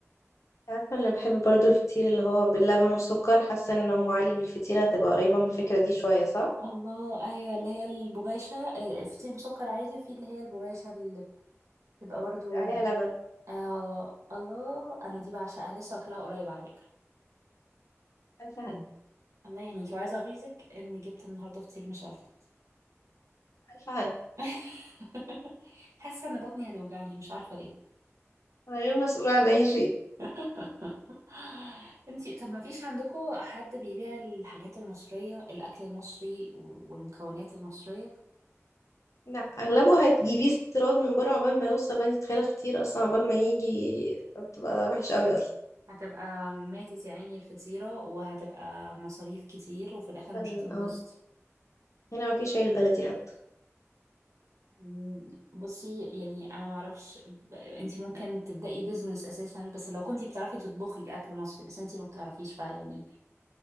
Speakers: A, on the left; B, on the right.
A: عارفة أنا بحب برضو الفطير اللي هو باللبن والسكر حاسة إن أم علي بالفطيرة هتبقى قريبة من الفكرة دي شوية صح؟
B: الله ايوه اللي هي البغاشة آه، فطير بسكر عادي وفي اللي هي البغاشة اللي بتبقى برضو
A: بيبقى عليها لبن
B: آه الله انا دي بعشقها لسه واكلها قريب على فكرة
A: ألف هنا
B: الله يهنيك وعايزة اغيظك ان جبت النهاردة فطير مشلتت
A: ألف هنا
B: <laughs> حاسة ان بطني هتوجعني مش عارفة ليه
A: أنا غير مسؤولة عن أي شيء
B: <laughs> انتي طب ما فيش عندكم حد بيبيع الحاجات المصرية الأكل المصري والمكونات المصرية
A: لا أغلبه هتجيبيه استيراد من بره عقبال ما يوصل بقى تتخيلها فطير أصلا عقبال ما يجي بتبقى وحشة أوي أصلا
B: هتبقى ماتت يا عيني الفطيرة وهتبقى مصاريف كتير وفي الآخر
A: كان-
B: مش هتنبسطي
A: اه هنا مفيش عيش بلدي حتى
B: مم، بصي يعني أنا معرفش ب- انتي ممكن تبدأي بيزنس أساسا بس لو كنتي بتعرفي تطبخي أكل مصري بس انتي ما بتعرفيش فيعني